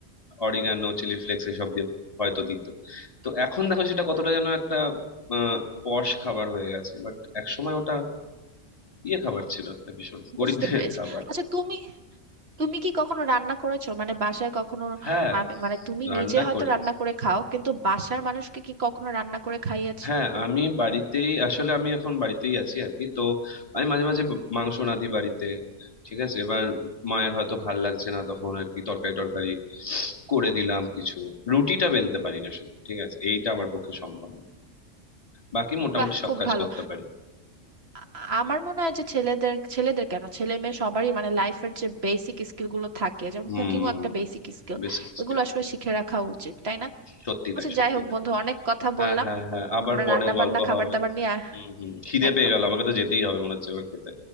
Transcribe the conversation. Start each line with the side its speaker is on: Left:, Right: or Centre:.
Left: অরিগানো চিলি ফ্লেক্স এসব দিয়ে হয়তো দিত তো এখন দেখো সেটা কতটা যেন একটা আহ পশ খাবার হয়ে গেছে বাট এক সময় ওটা ইয়ে খাবার ছিল একটা ভীষণ গরিবদের
Right: বুঝতে পেরেছি
Left: খাবার
Right: আচ্ছা তুমি তুমি কি কখনো রান্না করেছো মানে বাসায় কখনো
Left: হ্যাঁ
Right: আমি- মানে তুমি
Left: রান্না
Right: নিজে হয়তো
Left: করি
Right: রান্না করে খাও কিন্তু বাসার মানুষকে কি কখনো রান্না করে খাইয়েছো
Left: হ্যাঁ আমি বাড়িতেই আসলে আমি এখন বাড়িতেই আছি আর কি তো আমি মাঝে মাঝে মাংস রাঁধি বাড়িতে ঠিক আছে এবার মায়ের হয়তো ভাল লাগছে না তখন আর কি তরকারি টরকারি করে দিলাম কিছু রুটিটা বেলতে পারি না শুধু ঠিক আছে এইটা আমার পক্ষে সম্ভব না বাকি মোটামুটি
Right: বাহ
Left: সব
Right: খুব
Left: কাজ
Right: ভালো
Left: করতে পারি
Right: আ- আমার মনে হয় যে ছেলেদের ছেলেদের কেন ছেলে মেয়ে সবারই মানে লাইফের যে বেসিক স্কিল গুলো থাকে যেমন
Left: হুম
Right: কুকিংও একটা বেসিক স্কিল
Left: বেসিক স্কিল
Right: এগুলো আসলে শিখে রাখা উচিত তাই না
Left: সত্যি
Right: আচ্ছা
Left: তাই সত্যি
Right: যাই হোক
Left: তাই
Right: বন্ধু অনেক কথা
Left: হ্যাঁ
Right: বললাম
Left: হ্যাঁ হ্যাঁ আবার
Right: আমরা
Left: পরে
Right: রান্না
Left: গল্প
Right: বান্না খাবার
Left: হবে
Right: দাবার নিয়ে
Left: হুম হুম খিদে
Right: একদম
Left: পেয়ে গেল আমাকে তো যেতেই হবে মনে হচ্ছে এবার খেতে